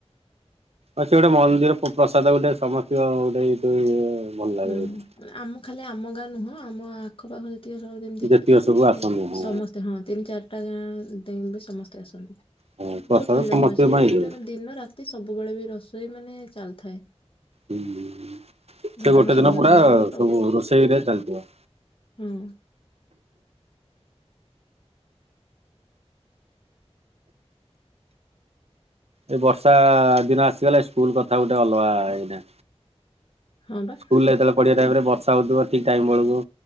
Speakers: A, on the right; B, on the left.
A: ଅଛି ଗୋଟେ ମନ୍ଦିର ପ ପ୍ରସାଦ ଗୋଟେ ସମସ୍ତୀଙ୍କ ଗୋଟେ ଇଏ ଭଲ ଲାଗେ
B: ହୁଁ
A: ଗୋଟେ।
B: ଆମ ଖାଲି ଆମ ଗାଁ ନୁହଁ ଆମ ଆଖପାଖ ଯେ ଟଏ ସବୁ ଯେମିତି
A: ଯେତିକ ସବୁ ଆସନ୍ତି ହଁ
B: ସମସ୍ତେ ହଁ ତିନି ଚାରିଟା ଗାଁ ବି ସମସ୍ତେ ଆସନ୍ତି
A: ହଁ ପ୍ରସାଦ
B: ବହୁତ ଭିଡ
A: ସମସ୍ତଙ୍କ
B: ହୁଏ। ସେଇ
A: ପାଇଁ
B: ଟାଇମ
A: ହୁଏ।
B: ରେ ମାନେ ଦିନ ରାତି ସବୁବେଳେ ବି ରସେଇ ମାନେ ଚାଲିଥାଏ।
A: ହୁଁ
B: ଭଜନ
A: ସେ ଗୋଟେ
B: ସନ୍ଧ୍ୟା
A: ଦିନ ପୁରା
B: ଫନ୍ଧ୍ୟା ହୁଏ
A: ସବୁ ରୋଷେଇରେ ଚାଲିଯିବ।
B: ହଁ।
A: ଏ ବର୍ଷା ଦିନ ଆସିଗଲେ ସ୍କୁଲ କଥା ଗୋଟେ ଅଲଗା ହେଇନା
B: ହଁ ବା
A: ସ୍କୁଲରେ ଯେତେବେଳେ ପାଢିଆ ଟାଇମ ରେ ବର୍ଷା ହଉଥିବ ଠିକ ଟାଇମ ବେଳକୁ